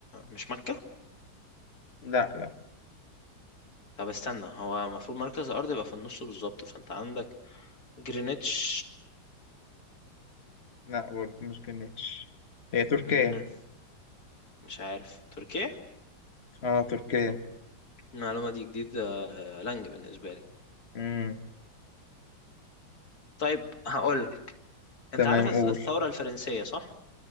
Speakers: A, on the left; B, on the left.
A: مش مكة
B: لا لا
A: طب استنى هو المفروض مركز الأرض يبقى في النص بالظبط فأنت عندك جرينتش
B: لا برضه مش جرينتش هي تركيا
A: مم، مش عارف تركيا
B: اه تركيا
A: المعلومة دي جديدة لانج بالنسبة لي
B: امم
A: طيب هقول أنت
B: تمام
A: عارف
B: قول
A: الث- الثورة الفرنسية صح؟